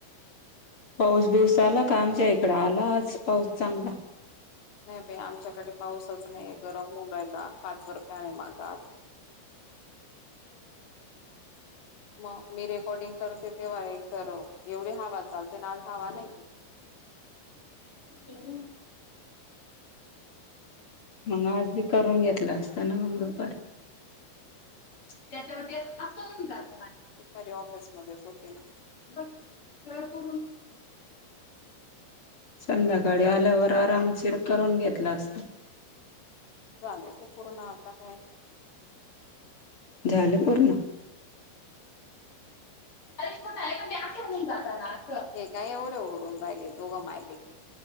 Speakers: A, on the left; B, on the left.
A: पाऊस बिऊस आला का आमच्या इकड आला आज पाऊस चांगला.
B: नाही बा आमच्याकडे पाऊसच नाही गरम होऊन राहिला पाच वर प्याने माझा.
A: <unintelligible>
B: मग मी रेकॉर्डिंग करते तेव्हा एक तर एवढी हवा चालते ना आज हवा नाहीे.
A: ये. मग आज बी करून घेतला असताना मग दुपार, त्याच्यावर असून जात.
B: परी ऑफिसमध्येच होते ना.
A: बघ तो. संध्याकाळी आल्यावर आरामशीर करून घेतला असत.
B: झालं ते पूर्ण आता काय.
A: झालं पूर्ण. अरेश मण आहेऐ का मी असे होऊन जातात.
B: हे काय एवढे ओढून राहिले दोघं मायले.